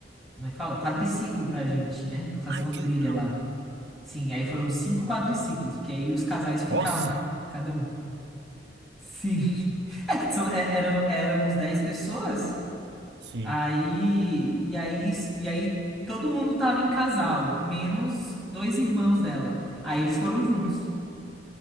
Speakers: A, in the centre; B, on the right.
A: como é que fala? Quadriciclo pra gente, né? Pra fazer
B: Ai,
A: uma
B: que
A: trilha
B: legal.
A: lá. Sim, aí foram cinco quadriciclos, porque aí os casais ficavam,
B: Nossa.
A: né? Cada um. Sim. <laughs> É, são, é, eram, éramos 10 pessoas,
B: Sim,
A: aí, e aí, e aí todo mundo tava em casal, menos dois irmãos dela. Aí eles foram juntos,